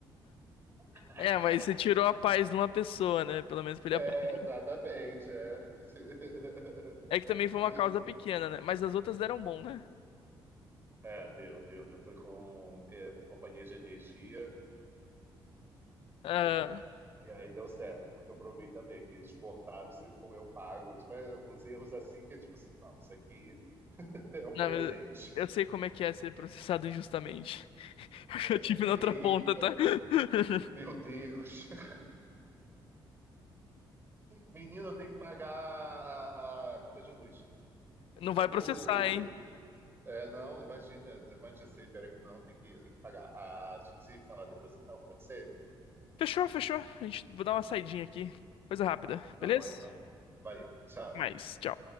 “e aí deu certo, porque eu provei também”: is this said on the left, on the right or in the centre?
Right